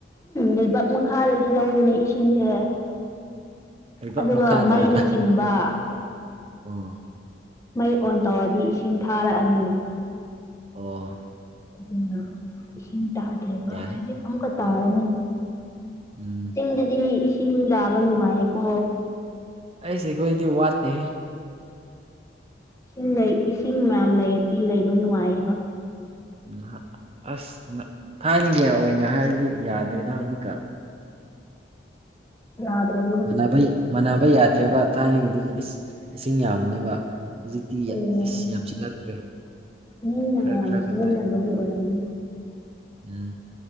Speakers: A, on the left (about 15°); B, on the right (about 30°).
A: ꯂꯩꯕꯥꯛ ꯃꯈꯥꯗꯒꯤ ꯂꯧꯕꯅꯦ ꯏꯁꯤꯡꯁꯦ
B: ꯑꯣ ꯂꯩꯕꯥꯛ
A: ꯑꯗꯨꯒ
B: ꯃꯈꯥꯗꯔꯥ
A: <unintelligible>
B: ꯑꯣ
A: ꯃꯩ ꯑꯣꯟ ꯇꯧꯔꯗꯤ ꯏꯁꯤꯡ ꯊꯥꯔꯛꯑꯅꯤ
B: ꯑꯣ
A: ꯑꯗꯨꯅ ꯏꯁꯤꯡ ꯇꯥꯗ꯭ꯔꯦꯕ
B: ꯌꯥꯏ
A: ꯍꯧꯖꯤꯛ ꯑꯃꯨꯛꯀ ꯇꯥꯔꯅꯤ
B: ꯎꯝ
A: ꯆꯤꯡꯗꯗꯤ ꯏꯁꯤꯡ ꯇꯥꯕ ꯅꯨꯡꯉꯥꯏꯌꯦꯀꯣ
B: ꯑꯩꯁ ꯑꯩꯈꯣꯏꯗꯤ ꯋꯥꯠꯇꯦꯍꯦ
A: ꯏꯁꯤꯡ ꯂꯩ ꯏꯁꯤꯡ ꯌꯥꯝ ꯂꯩꯔꯗꯤ ꯂꯩꯕ ꯅꯨꯡꯉꯥꯏꯌꯦꯕ
B: ꯅꯍꯛ ꯑꯁ ꯅ ꯊꯥꯏꯅꯒꯤ ꯑꯣꯏꯅ ꯍꯥꯏꯔꯗꯤ ꯌꯥꯗ꯭ꯔꯦꯗ ꯍꯧꯖꯤꯛꯀꯥꯟ
A: ꯌꯗ꯭ꯔꯥꯕ‌ꯣ
B: ꯃꯥꯟꯅꯕ ꯃꯥꯟꯅꯕ ꯌꯥꯗ꯭ꯔꯦꯕ ꯊꯥꯏꯅꯒꯤꯗꯨꯁꯨ ꯏꯁ ꯏꯁꯤꯡ ꯌꯥꯝꯕꯅꯦꯕ ꯍꯧꯖꯤꯛꯇꯤ
A: ꯑꯣ
B: ꯑꯁ ꯌꯥꯝꯁꯤꯜꯂꯛꯇ꯭ꯔꯦ
A: ꯅ‌ꯣꯏ ꯃꯌꯥꯝ
B: ꯈꯔ ꯈꯔ
A: ꯁꯤꯖꯤꯟꯅꯕꯒꯤ
B: ꯈꯛꯇ
A: ꯑꯣꯏꯔꯝꯅꯤ
B: ꯎꯝ